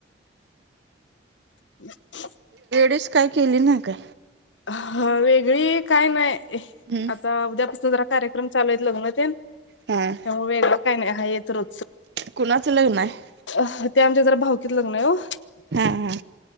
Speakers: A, on the left; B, on the right.
A: <unintelligible>
B: डिश काय केली नाही काय.
A: ह वेगळी काय नाही
B: हम्
A: आता उद्यापासून जरा कार्यक्रम चालू येत लगून ते त्यामुळे
B: हा
A: वेगळं काही नाही हा येत र
B: कुणाचं लग्न आहे
A: अ ते आमच्या जरा भावकीत लग्न आहे हो.
B: हा हा